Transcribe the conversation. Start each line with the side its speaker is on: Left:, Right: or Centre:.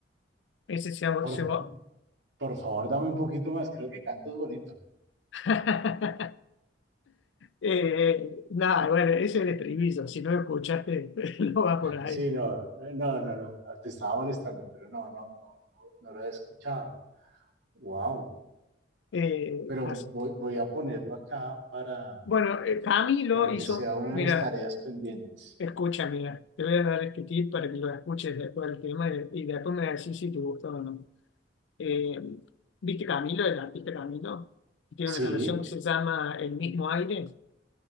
Left: Ese se va.
Right: Por,
Left: Se va.
Right: por favor, dame un poquito más, creo que cantas bonito.
Left: <laughs> Eh, nada, bueno, ese es el estribillo. Si no lo escuchaste, <laughs> no va por ahí.
Right: Sí, no, eh, no, no, no, no, te estaba molestando, pero no, no, no, no, no lo he escuchado. Wow,
Left: Eh,
Right: pero
Left: así.
Right: voy, voy a ponerlo acá para,
Left: Bueno, eh, Camilo
Right: para que
Left: hizo,
Right: sea una
Left: mira,
Right: de mis tareas pendientes.
Left: escucha, mira, te voy a dar este tip para que lo escuches después del tema y, y después me decís si te gustó o no. Eh, ¿viste Camilo, el artista Camilo? Tiene una
Right: Sí,
Left: canción que se llama El mismo aire.